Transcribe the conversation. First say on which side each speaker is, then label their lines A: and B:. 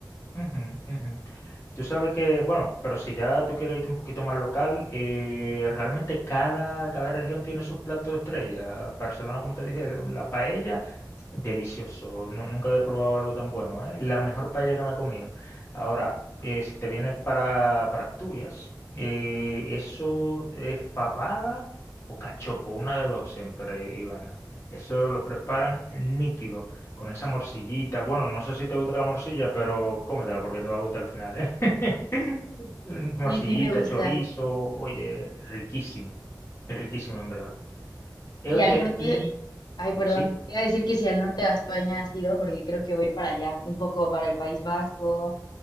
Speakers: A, on the left; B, on the left.
A: Ujú, ujú, ujú. Tú sabes que, bueno, pero si ya tú quieres irte un poquito más local, eh, realmente cada, cada región tiene sus platos estrella. Barcelona, como te dije, la la paella, delicioso. Nu- nunca había probado algo tan bueno, ¿eh? La mejor paella que me he comido. Ahora, eh, si te vienes para, para Asturias, eh, eso es fabada o cachopo, una de dos siempre, Ivana. Eso lo preparan nítido, con esa morcillita. Bueno, no sé si te gusta la morcilla, pero cómetela porque te va a gustar al final, ¿eh? <laughs> Morcillita,
B: Sí, sí me gusta.
A: chorizo, oye, riquísimo, es riquísimo en verdad. Eh,
B: Y
A: oye,
B: al norte,
A: y
B: ay, perdón,
A: sí,
B: te iba a decir que si al norte de España has ido, porque creo que voy para allá, un poco para el País Vasco,